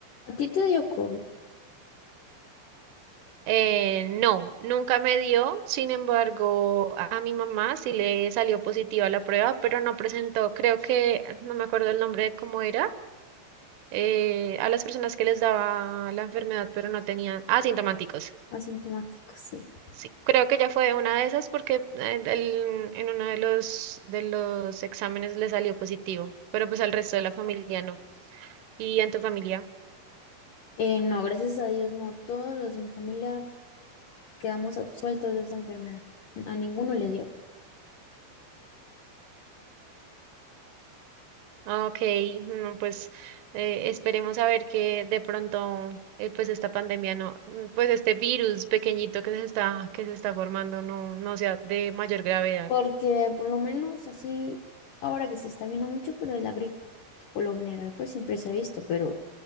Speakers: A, on the left; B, on the right.
A: ¿A ti te dio COVID?
B: Eh, no, nunca me dio, sin embargo, a a mi mamá sí le salió positiva la prueba, pero no presentó, creo que, no me acuerdo el nombre de cómo era eh, a las personas que les daba la enfermedad, pero no tenían asintomáticos.
A: Asintomático, sí.
B: Sí, creo que ya fue una de esas porque eh, el- en uno de los, de los exámenes le salió positivo, pero pues al resto de la familia no. ¿Y en tu familia?
A: Eh, no, gracias a Dios, no. Todos los de mi familia quedamos absueltos de esa enfermedad. A ninguno le dio.
B: Ah, Ok, no, pues eh, esperemos a ver que de pronto eh, pues esta pandemia no, mm, pues este virus pequeñito que se está, que se está formando no, no sea de mayor gravedad.
A: Porque por lo menos así, ahora que se está viendo mucho, pero es la gripa. que por lo general, pues siempre se ha visto, pero